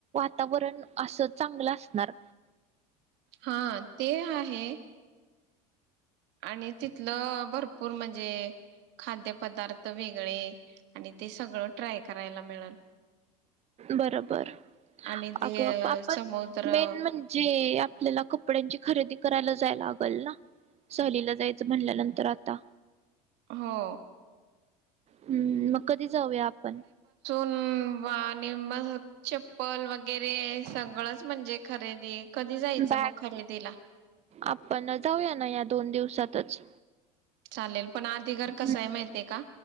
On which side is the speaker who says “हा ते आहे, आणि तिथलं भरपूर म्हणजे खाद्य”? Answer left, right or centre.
Right